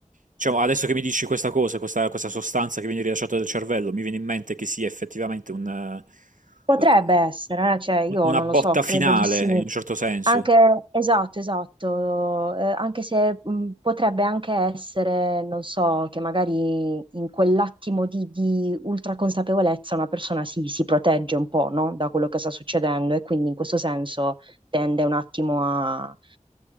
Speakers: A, on the right (about 85°); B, on the right (about 40°).
A: diciamo, adesso che mi dici questa cosa, questa, questa sostanza che viene rilasciata dal cervello, mi viene in mente che sia effettivamente un, eh,
B: Potrebbe essere, eh, Cioè io
A: una
B: non
A: botta
B: lo so, credo
A: finale,
B: di sì.
A: in un certo senso.
B: Anche, esatto, esatto, eh, anche se mh, potrebbe anche essere, non so, che magari in quell'attimo di, di ultra consapevolezza una persona si, si protegge un po', no? Da quello che sta succedendo e quindi in questo senso tende un attimo a,